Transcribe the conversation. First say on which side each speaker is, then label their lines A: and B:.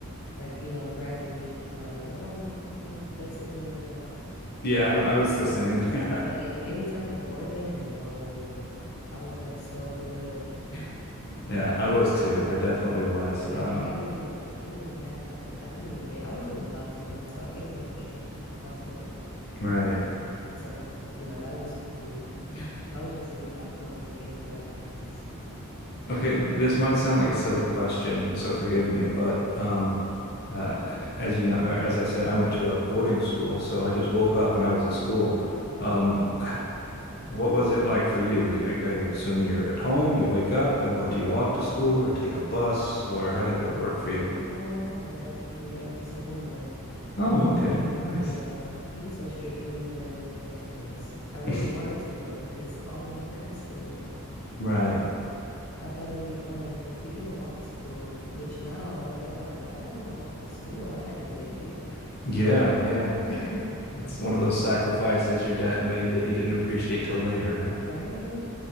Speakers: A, on the left; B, on the left.
A: like you know, graduation time. Like, oh, I'm I'm basically an adult.
B: Yeah,
A: But
B: I, I was
A: um
B: the same. <laughs> Yeah.
A: But an- but anytime before then, no, I was like so good. <laughs>
B: Yeah, I was too. I definitely was.
A: Like
B: Um,
A: like I didn't even I didn't even have like a, I couldn't even date. I wasn't even allowed to date. So I came from like a strict household.
B: right.
A: So you know that was weird. <laughs> I was just really awkward when it came to like guys. <laughs>
B: Okay, th- this might sound like a silly question, so forgive me, but um, uh, as you know, or as I said, I went to a boarding school, so I just woke up and I was at school. Um, h- what was it like for you? You, I, I assume you're at home, you wake up, and what, do you walk to school or take a bus, or
A: Mm,
B: how did that work for you?
A: No, my dad took me every single morning.
B: Oh, okay. Nice.
A: Yeah, he was so strict. He wouldn't even let me catch the bus. I really
B: <laughs>
A: wanted to though, because all of my friends did.
B: Right.
A: I thought it would be fun, to- or to even walk to school. wh- Which now I look back at like, why did I want to walk to school? I had it made,
B: Yeah, yeah.
A: <laughs>
B: That's one of those sacrifices your dad made that you didn't appreciate till later, right?
A: right?